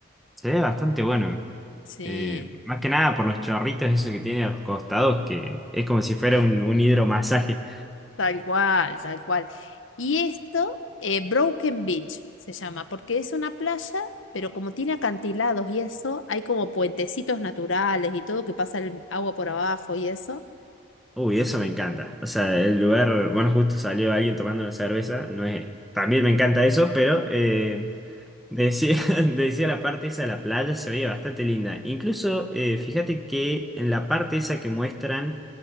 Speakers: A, in the centre; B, on the left.
A: se ve bastante bueno.
B: Sí,
A: Eh, más que nada por los chorritos esos que tiene a los costados, que es como si fuera un, un hidromasaje.
B: tal cual, tal cual. Y esto, eh, Broken Beach se llama, porque es una playa, pero como tiene acantilados y eso, hay como puentecitos naturales y todo que pasa el agua por abajo y eso.
A: Uy, eso
B: Y-
A: me encanta. O sea, el lugar, bueno, justo salió alguien tomando una cerveza, no es, también me encanta eso, pero eh, decía, <laughs> decía la parte esa de la playa se veía bastante linda. Incluso, eh, fíjate que en la parte esa que muestran,